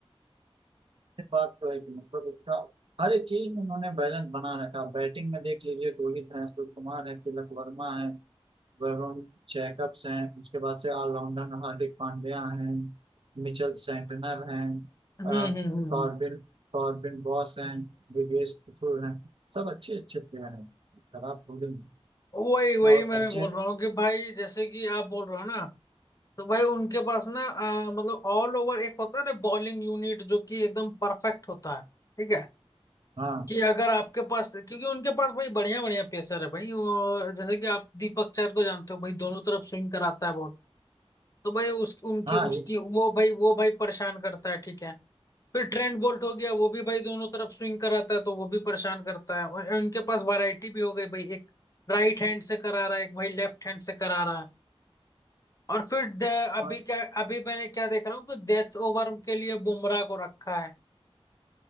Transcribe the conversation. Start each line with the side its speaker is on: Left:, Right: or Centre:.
Right: बात तो है कि मतलब उसका हर एक चीज में उन्होंने बैलेंस बना रखा बैटिंग में देख लीजिए रोहित है सूर्य कुमार है तिलक वर्मा है वरुण जैकब्स हैं उसके बाद से ऑलराउंडर हार्दिक पांड्या हैं मिचेल सेंटनर हैं
Left: हम्म
Right: अ,
Left: हम्म हम्म हम्म।
Right: कॉर्बिन कॉर्बिन बॉस हैं दिवेश पुथुर हैं सब अच्छे अच्छे प्लेयर हैं खराब बॉलिंग
Left: वही वही
Right: है। और
Left: मैं
Right: अच्छे
Left: भी बोल रहा हूँ कि भाई जैसे कि आप बोल रहे हो ना तो भाई उनके पास ना अ, मतलब ऑल ओवर एक होता है ना बॉलिंग यूनिट जो कि एकदम परफेक्ट होता है ठीक है
Right: हाँ
Left: कि अगर आपके पास क्योंकि उनके पास भाई बढ़िया बढ़िया पेसर है भाई वो जैसे कि आप दीपक चहर को जानते हो भाई दोनों तरफ स्विंग कराता है बहुत तो भाई उस उनके
Right: हाँ
Left: उसकी
Right: ये
Left: वो भाई वो भाई परेशान करता है ठीक है फिर ट्रेंट बोल्ट हो गया वो भी भाई दोनों तरफ स्विंग कराता है तो वो भी परेशान करता है और इनके पास वैरायटी भी हो गई भाई एक राइट हैंड से करा रहा है एक भाई लेफ्ट हैंड से करा रहा है और फिर द- अभी
Right: हाँ
Left: क्या अभी मैंने क्या देख रहा हूँ कि डेथ ओवर के लिए बुमराह को रखा है